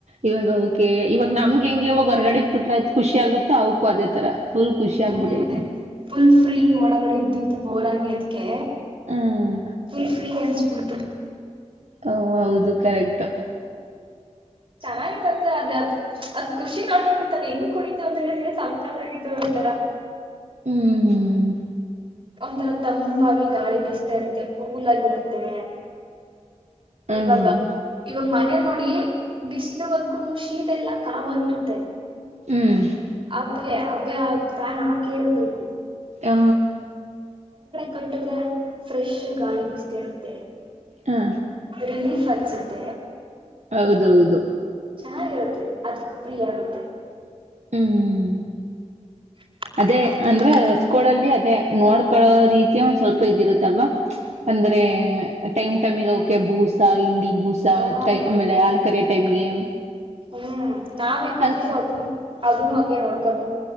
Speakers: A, on the right; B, on the right.
A: ಇವಾಗ ಓಕೆ. ಇವಾಗ ನಮ್ಗೆ ಹೆಂಗೆ ಹೋಗ ಹೊರಗಡೆಕ್ ಬಿಟ್ರೆ ಎಟ್ ಖುಷಿ ಆಗುತ್ತೊ ಅವ್ಕೂ ಅದೇ ತರ ಫುಲ್ ಖುಷಿ
B: ಹ್ಮ್
A: ಆಗ್ಬಿಟ್ಟೈತೆ.
B: ಫುಲ್ ಫ್ರೀ ಒಳಗಡೆ ಇದ್ದು ಇದ್ದು ಬೋರ್ ಆಗಿ ಅದ್ಕೆ
A: ಹ್ಮ್
B: ಫುಲ್ ಫ್ರೀ ಅನ್ ಬಿಡ್ತು.
A: ಹಓ ಹೌದು ಕರೆಕ್ಟ್.
B: ಚೆನ್ನಾಗಿತ್ತಂತೆ ಅದೇ ಅದು ಅದ್ ಖುಷಿ ನೋಡಬೇಕಿತ್ತು ಹೆಂಗ್ ಕುಣಿತು ಅಂದ್ರೆ ಸಕ್ಕತಾಗಿತ್ತು ಒಂತರ.
A: ಹ್ಮ್
B: ಒಂತರ ತಂಪಾಗಿ ಗಾಳಿ ಬೀಸ್ತಾ ಇರುತ್ತೆ ಕೂಲಾಗಿ ಇರುತ್ತೆ.
A: ಹ್ಮ್
B: ಇವಾಗ ಇವಾಗ ಮನೆ ನೋಡಿ ಬಿಸ್ಲು ಅದ್ಕು ಶೀಟ್ ಎಲ್ಲ. ಕಾವಾಗಿರುತ್ತೆ
A: ಹ್ಮ್
B: ಅಬೆ ಅಬೆ ಫ್ಯಾನ ಹಾಕೆ ಇರ್ಬೇಕು.
A: ಹ
B: ಕಟ್ಟದ್ರೆ ಫ್ರೆಶ್ ಗಾಳಿ ಬೀಸ್ತಾ ಇರುತ್ತೆ.
A: ಹಾ
B: ರಿಲೀಫ್ ಅನ್ಸುತ್ತೆ.
A: ಹೌದೌದು
B: ಚೆನ್ನಾಗಿರುತ್ತೆ ಅದ್ ಫ್ರೀ ಆಗುತ್ತೆ.
A: ಹ್ಮ್
B: <inaudible>
A: ಅದೇ
B: ನಿಮ್ಮಲ್ಲಿ
A: ಅಂದ್ರೆ ಹಸ್ಗೊಳಲ್ಲಿ ಅದೇ ನೋಡ್ಕಳೋ ರೀತಿಯ ಒಂದ ಸ್ವಲ್ಪ ಇದಿರುತ್ತಲ್ವಾ. ಅಂದ್ರೆ ಟೈಮ್ ಟೈಮಿಗ ಅವುಕ್. ಕೆ ಭೂಸಾ ಇಂಡಿ ಭೂಸಾ
B: ಹ್ಮ್
A: ಕ ಅಮೇಲೆ ಹಾಲ ಕರಿಯೋ ಟೈಮಿಗೆ
B: ಹ್ಮ್ ನಾವ್ ಹೆಂಗರ್ತಿಯೊ
A: ಅನ್
B: ಅದ ಅದುನ್ನು ಹಂಗೆ ನೋಡ್ಕೋಬೇಕ.